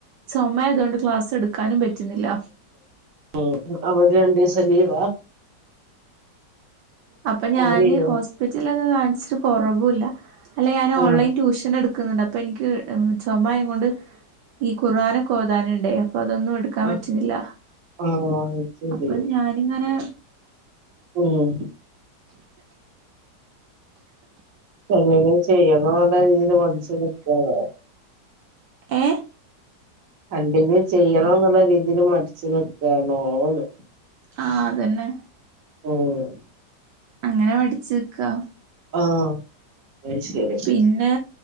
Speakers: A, on the right (about 75°); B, on the right (about 50°).
A: ചുമായതുകൊണ്ട് ക്ലാസ് എടു ക്കാനും പറ്റുന്നില്ല.
B: ഉം അവര് രണ്ടീസം ലീവാ.
A: അപ്പൊ ഞാന്
B: അവ ലീവാ
A: ഹോസ്പിറ്റൽലൊക്കെ കാണിച്ച്ട്ട് കൊറവുല്ല. അയ്ല്ല് ഞാന്
B: ആ
A: ഓൺലൈൻ ട്യൂഷൻ എടു കുന്നുണ്ട് അപ്പൊ എനിക്ക് ചൊമയോണ്ട് ഈ കുർആനൊക്കെ ഓതനുണ്ടേ അപ്പൊ അതൊന്നും എടു ക്കാൻ
B: ആ
A: പറ്റ്‌ണ്ല്ല
B: ആ ശരി
A: അപ്പൊ ഞാനിങ്ങനെ.
B: ഏഹ് ക്കങ്ങനെ ചെയ്യണോ അതോ <unintelligible> മടിച്ച് നിക്കാവോ
A: ഏ
B: കണ്ടിന്യൂ ചെയ്യണോ എന്നുള്ള രീതിയിൽ മടിച്ച് നിക്കാണോന്ന്
A: ആഹ് അതന്നെ
B: ഓഹ്
A: അങ്ങനെ മടിച്ച്ക്ക
B: ആഹ് അത് ശെരി
A: പിന്നെ